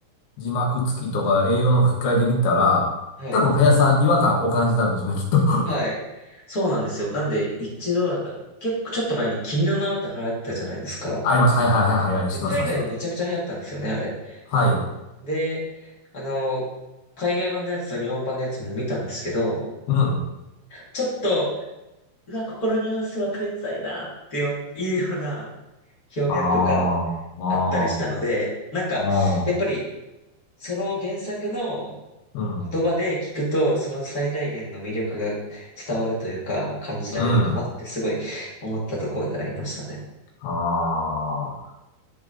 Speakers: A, on the left; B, on the left.
A: 字幕付きとか、英語の吹き替えで見たら、
B: はい。
A: 多分、林さん違和感お感じになるんでしょうね、きっと。<laughs>
B: はい。そうなんですよ。なんで、一度なんか、結構ちょっと前に君の名はって流行ったじゃないですか。
A: あります。はいはいはいはい、はい知ってます、
B: で、海外でもめちゃくちゃ流行ったんですよね、
A: 知ってます。
B: あれ。
A: はい。
B: で、あの、海外版のやつと日本版のやつも見たんですけど、
A: うん。
B: ちょっと、うわ、ここのニュアンス分かりづらいなっていういうような表現とか
A: ああ、
B: あったりしたので、
A: あ
B: なんか、
A: あ、ああ、
B: やっぱり、その原作の
A: うん、
B: 言葉で聞くと、その最大限の魅力が伝わるというか、感じられるかなってすごい思ったところでありましたね。
A: うん、ああ。